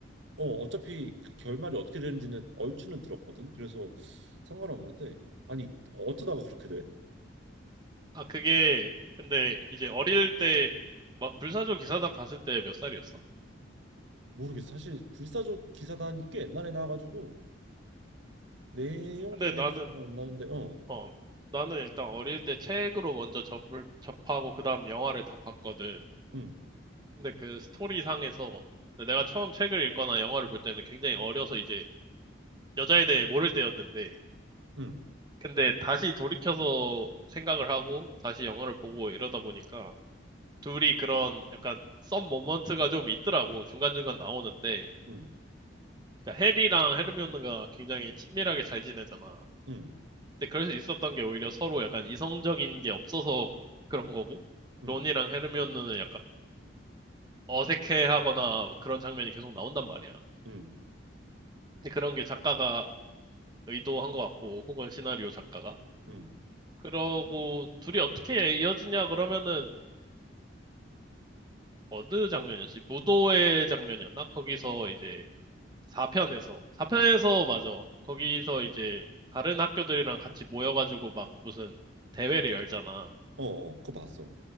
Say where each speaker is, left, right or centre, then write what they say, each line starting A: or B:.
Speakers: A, on the right (about 70°); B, on the right (about 20°).
A: 어, 어차피 그 결말이 어떻게 되는지는 얼추는 들었거든. 그래서 상관없는데 아니 어쩌다가 그렇게 돼?
B: 아 그게 근데 이제 어릴 때 막 불사조 기사단 봤을 때 몇 살이었어?
A: 모르겠어. 사실 불사조 기사단이 꽤 옛날에 나와가지고 내용도
B: 근데
A: 잘
B: 나는
A: 기억 안 나는데 어,
B: 어 나는 일단 어릴 때 책으로 먼저 접을 접하고 그다음 영화를 다 봤거든.
A: 응,
B: 근데 그 스토리상에서 내가 처음 책을 읽거나 영화를 볼 때는 굉장히 어려서 이제 여자에 대해 모를 때였는데
A: 응,
B: 근데 다시 돌이켜서 생각을 하고 다시 영화를 보고 이러다 보니까 둘이 그런 약간 썸 모먼트가 좀 있더라고 중간중간 나오는데
A: 응,
B: 그러니까 해리랑 헤르미온느가 굉장히 친밀하게 잘 지내잖아
A: 응,
B: 근데 그럴 수 있었던 게 오히려 서로 약간 이성적인 게 없어서 그런 거고
A: 응,
B: 론이랑 헤르미온느는 약해하거나 그런 장면이 계속 나온단 말이야.
A: 응,
B: 근데 그런 게 작가가 의도한 것 같고, 혹은 시나리오 작가가.
A: 응,
B: 그러고 둘이 어떻게 이어지냐 그러면은 어느 장면이었지? 무도회 장면이었나? 거기서 이제 4편에서 4편에서
A: 응,
B: 맞아. 거기서 이제 다른 학교들이랑 같이 모여가지고 막 무슨 대회를 열잖아.
A: 어, 어, 그거 봤어.